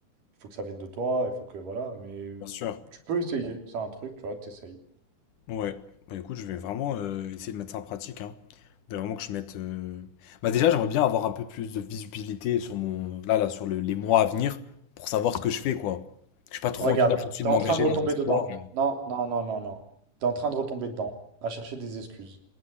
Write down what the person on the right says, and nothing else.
il faut que ça vienne de toi, il faut que, voilà, mais euh,
tu peux essayer. C'est un truc, tu vois, t'essayes.
Regarde,
t'es
en
train de retomber
dedans.
Non, non, non, non, non. T'es en train de retomber dedans, à chercher des excuses,